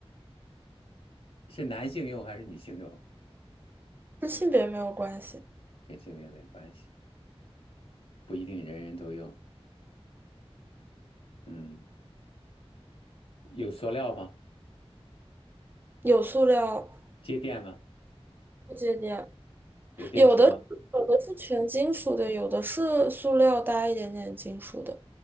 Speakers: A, on the left; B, on the right.
A: 是男性用还是女性用？
B: 跟性别没有关系。
A: 跟性别没关系，不一定人人都用。嗯，有塑料吗？
B: 有塑料
A: 接电吗？
B: 不接电，
A: 有电池吗？
B: 有的有的是全金属的，有的是塑料搭一点点金属的，